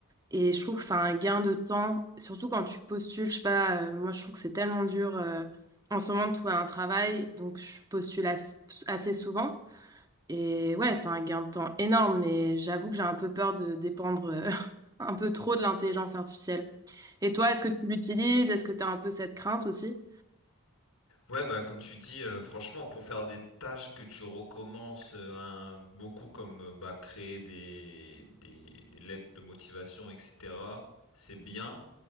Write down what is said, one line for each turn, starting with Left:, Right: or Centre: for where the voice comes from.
Right: Et je trouve que c'est un gain de temps, surtout quand tu postules. Je sais pas, euh, moi je trouve que c'est tellement dur euh, en ce moment de trouver un travail, donc je postule as- assez souvent. Et ouais, c'est un gain de temps énorme, mais j'avoue que j'ai un peu peur de dépendre euh, <laughs> un peu trop de l'intelligence artificielle. Et toi, est-ce que tu l'utilises? Est-ce que tu as un peu cette crainte aussi?
Left: Ouais, bah comme tu dis, euh, franchement, pour faire des tâches que tu recommences euh, un- beaucoup comme euh, bah, créer des, des, des lettres de motivation, etc., c'est bien,